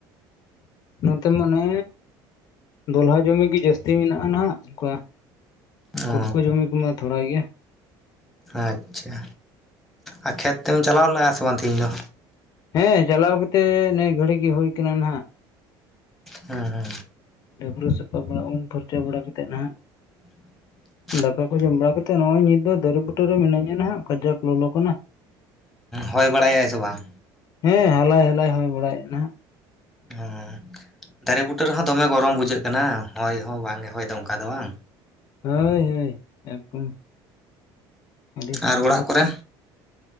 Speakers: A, on the left (about 40°); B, in the centre.
A: ᱱᱚᱛᱮ ᱢᱟᱱᱮ ᱫᱚᱞᱦᱟ ᱡᱚᱢᱤ ᱜᱮ ᱡᱟᱹᱥᱛᱤ ᱞᱟᱹᱛᱤ ᱢᱮᱱᱟᱜ-ᱟ ᱱᱟᱦᱟᱜ ᱚᱱᱠᱟ
B: ᱚ
A: ᱠᱚᱴᱠᱚᱟᱹ ᱡᱚᱢᱤ ᱠᱚᱢᱟ ᱛᱷᱚᱲᱟ ᱜᱮᱭᱟ
B: ᱟᱪᱪᱷᱟ ᱟᱨ ᱠᱷᱮᱛ ᱛᱮᱢ ᱪᱟᱞᱟᱣ ᱞᱮᱱ-ᱟ ᱥᱮ ᱵᱟᱝ? ᱛᱤᱦᱤᱧ ᱫᱚ
A: ᱦᱮᱸ ᱪᱟᱞᱟᱣ ᱠᱟᱛᱮᱜ ᱱᱤᱭᱟᱹ ᱜᱷᱟᱹᱲᱤᱡ ᱜᱮ ᱦᱳ ᱟᱠᱟᱱᱟ ᱱᱟᱜ
B: ᱦᱩᱸ ᱦᱩᱸ
A: ᱰᱟᱹᱵᱨᱟᱹ ᱥᱟᱛᱟᱺᱵᱲᱟ ᱩᱢ ᱯᱷᱟᱨᱪᱟ ᱵᱟᱲᱟ ᱠᱟᱛᱮᱫ ᱱᱟᱦᱟᱜ
B: <inaudible>
A: ᱫᱟᱠᱟ ᱠᱚ ᱡᱚᱢ ᱵᱟᱲᱟ ᱠᱟᱛᱮᱫ ᱱᱚᱜ ᱚᱭ ᱱᱤᱛ ᱫᱚ ᱫᱟᱨᱮ ᱵᱩᱴᱟᱹ ᱨᱮ ᱢᱤᱹᱧᱟ ᱦᱟᱜ ᱠᱟᱡᱟᱠ ᱞᱚᱞᱚ ᱠᱟᱱᱟ
B: ᱦᱚᱭ ᱵᱟᱲᱟᱭᱟᱭ ᱥᱮ ᱵᱟᱝ?
A: ᱦᱮᱸ ᱦᱟᱞᱟᱭ ᱦᱟᱞᱟᱭ ᱦᱩᱭ ᱵᱟᱲᱟᱭᱮᱫ ᱱᱟᱦᱟᱜ
B: ᱚ ᱫᱟᱨᱮ ᱵᱩᱴᱟᱹ ᱨᱮᱦᱚᱸ ᱫᱚᱢᱮ ᱜᱚᱨᱚᱢ ᱵᱩᱡᱷᱟᱹᱜ ᱠᱟᱱᱟ ᱦᱚᱭ ᱦᱚᱸ ᱵᱟᱝ ᱮ ᱦᱚᱭ ᱫᱚ ᱚᱱᱠᱟ ᱫᱚ ᱵᱟᱝ
A: ᱦᱳᱭ ᱦᱳᱭ ᱮᱠᱫᱚᱢ ᱟᱹᱰᱤ ᱥᱚᱠᱛᱚ
B: ᱟᱨ ᱚᱲᱟᱜ ᱠᱚᱨᱮ